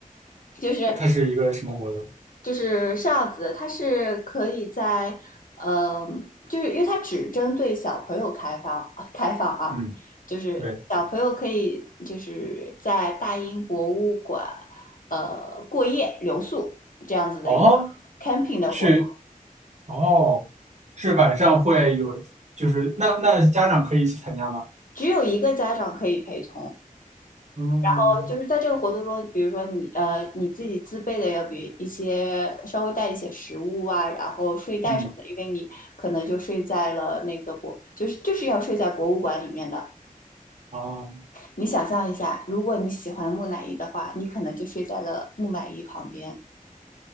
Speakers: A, on the left; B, on the right.
A: 就是
B: 它是一个什么活动？
A: 就是这样子，它是可以在，嗯、就是因为它只针对小朋友开放开放啊，
B: 嗯，
A: 就是小朋友可以就是在大英博物馆
B: 对，
A: 呃过夜留宿这样子的一个
B: 哦，
A: camping 的活动，
B: 是哦，是晚上会有，就是那那家长可以一起参加吗？
A: 只有一个家长可以陪同，
B: 嗯
A: 哦，就是在这个活动中，比如说你呃你自己自备的要比一些稍微带一些食物啊，然后睡袋什么的，
B: 嗯，
A: 因为你可能就睡在了那个博，就是就是要睡在博物馆里面的。
B: 哦，
A: 你想象一下，如果你喜欢木乃伊的话，你可能就睡在了木乃伊旁边。